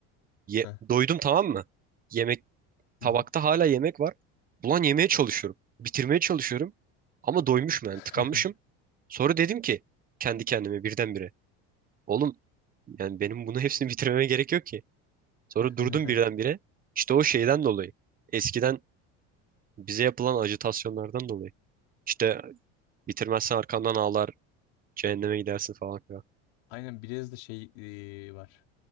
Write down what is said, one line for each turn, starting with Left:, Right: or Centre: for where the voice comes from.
Right: Ye-
Left: <laughs> Heh.
Right: doydum tamam mı? Yemek tabakta
Left: Hı
Right: hala yemek var. Ulan yemeye çalışıyorum. Bitirmeye çalışıyorum. Ama doymuşum
Left: hı.
Right: yani tıkanmışım. Sonra dedim ki kendi kendime birdenbire. Oğlum yani benim bunu hepsini bitirmeme gerek yok ki. Sonra
Left: <laughs>
Right: durdum birdenbire. İşte o şeyden dolayı. Eskiden bize yapılan ajitasyonlardan dolayı. İşte Bitirmezsen arkandan ağlar, cehenneme gidersin falan filan.
Left: Aynen biraz da şey eee, var.